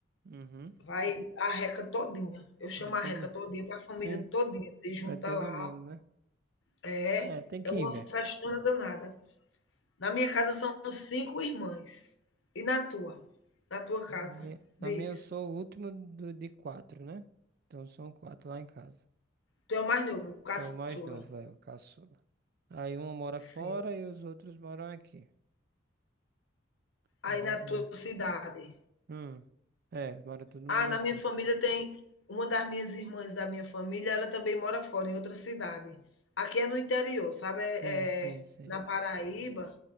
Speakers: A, on the right; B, on the left.
A: Uhum.
B: Vai a reca todinha, eu chamo
A: Vai todo,
B: a reca todinha, vai a família
A: sim,
B: todinha, se junta
A: vai todo
B: lá.
A: mundo, né?
B: É,
A: É, tem que
B: é uma
A: ir mesmo.
B: festona danada. Na minha casa são cinco irmãs. E na tua? Na tua
A: Na
B: casa?
A: minha,
B: Diz.
A: na minha eu sou o último do, de quatro, né? Então são quatro lá em casa.
B: Tu é o mais novo, caçula.
A: Sou o mais novo, é, o caçula. Aí um mora
B: Sim.
A: fora e os outros moram aqui. Mas
B: Aí na
A: é.
B: tua cidade?
A: Hum. É, mora todo
B: Ah,
A: mundo
B: na
A: aqui.
B: minha família tem uma das minhas irmãs da minha família, ela também mora fora, em outra cidade. Aqui é no interior, sabe? É,
A: Sim, sim,
B: é
A: sim.
B: na Paraíba.